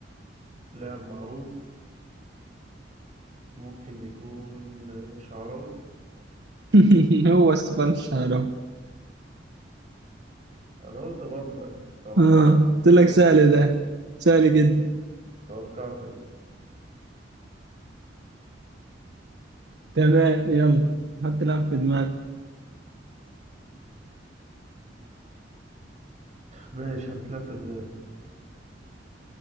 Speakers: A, on the right; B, on the right.
A: لاعب معروف ممكن يكون آه، شعراوي
B: <laughs> هو ستيفان شارو
A: انا قلت برضه يعني توقعت
B: آه. قلت لك
A: توقعت
B: سهل ده سهل جدا
A: توقعت أنا.
B: تمام يلا حط لاعب في دماغك
A: ماشي هتتلعب في دماغي